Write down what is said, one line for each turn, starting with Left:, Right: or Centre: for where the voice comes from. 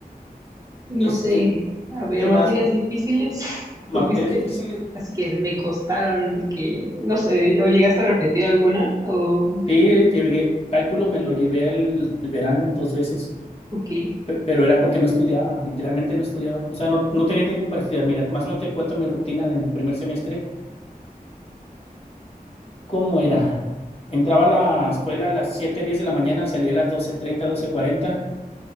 Right: No
Left: Este,
Right: sé, a ver,
Left: ¿qué más?
Right: materias difíciles <laughs>
Left: ¿Materias
Right: tuviste,
Left: difíciles?
Right: así que me costaron de que, no sé, o llegaste a repetir alguna o,
Left: Sí, llevé, cálculo me lo llevé al, al verano dos veces,
Right: o qué.
Left: pe- pero era porque no estudiaba, literalmente no estudiaba. O sea, no, no tenía tiempo para estudiar. Mira, más o menos te cuento mi rutina del primer semestre. ¿Cómo era? Entraba a la escuela a las 7 10 de la mañana, salía a las doce treinta doce cuarenta